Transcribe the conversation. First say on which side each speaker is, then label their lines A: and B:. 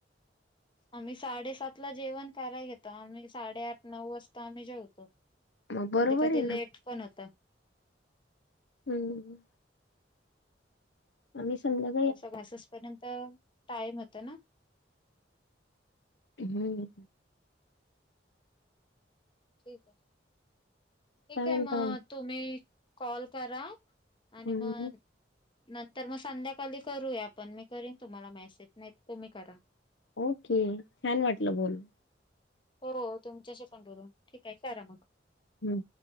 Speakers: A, on the left (about 25°); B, on the left (about 75°).
A: आम्ही साडेसात ला जेवण कराय घेतो. आम्ही साडेआठ नऊ वासता आम्ही जेवतो.
B: मग बरोबर
A: कधी कधी
B: आहे ना.
A: लेट पण होत.
B: हुं. आम्ही संध्या
A: आमचं घासस पर्यंत टायम होत ना.
B: हुं.
A: ठीक हाय. ठीक
B: काय
A: हाय
B: म्हणता?
A: मग तुम्ही कॉल करा आणि
B: हम्म
A: म नंतर मग संध्याकाली करूया आपण. मी करीन तुम्हाला मॅसेज, नाहीतर तुम्ही करा.
B: ओके. छान वाटलं बोल
A: हो तुमच्याशी पण बोलून. ठीक आहे करा मग.
B: हुं.